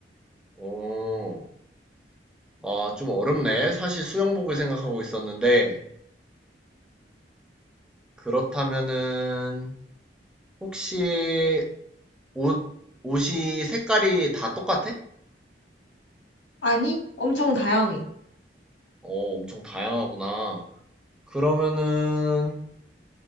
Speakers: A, in the centre; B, on the left.
A: 어, 아, 좀 어렵네. 사실 수영복을 생각하고 있었는데, 그렇다면은, 혹시 옷, 옷이 색깔이 다 똑같아?
B: 아니, 엄청 다양해.
A: 어, 엄청 다양하구나. 그러면은,